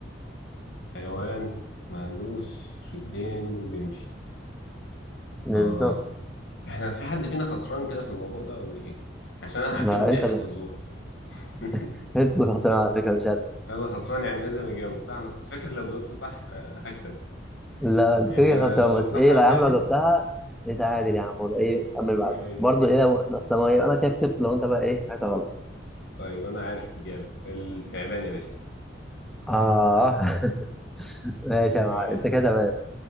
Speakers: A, on the left; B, in the centre.
A: حيوان ما عندوش رجلين وبيمشي
B: بالظبط
A: اه احنا في حد فينا خسران كده في الموضوع ده ولا ايه؟ عشان انا
B: لا
A: هعتبر دي
B: انت
A: اخر
B: اللي
A: فزورة <laughs>
B: <laughs> انت اللي خسران على فكره مش انا
A: انا خسران يعني لازم اجاوب صح انا كنت فاكر لو جاوبت صح آه، هكسب
B: لا لا، انت
A: يعني
B: كده
A: انا
B: خسران
A: لو جاوبت
B: بس
A: صح
B: ايه
A: هتعادل
B: لا يا عم لو جبتها نتعادل يا عم ولا ايه نكمل
A: ماشي
B: بعده برضه ايه لو اصل ما انا كده كسبت لو انت بقى ايه حاجه غلط
A: <laughs> طيب انا عارف الاجابة التعبان يا باشا
B: اه <laughs> ماشي
A: ماشي
B: يا معلم انت كده تمام